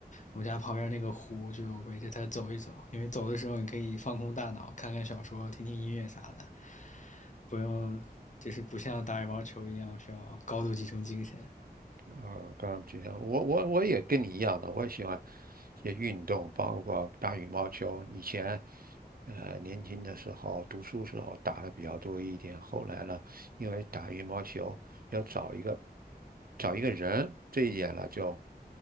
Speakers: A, on the left; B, on the right.
A: 我们家旁边那个湖，就围着它走一走，因为走的时候你可以放空大脑，看看小说，听听音乐啥的，不用就是不像打羽毛球一样需要高度集中精神。
B: 啊，刚然吉祥我我我也跟你一样的，我也喜欢一些运动，包括打羽毛球。以前，呃，年轻的时候读书时候打的比较多一点，后来呢，因为打羽毛球要找一个找一个人，这一点呢就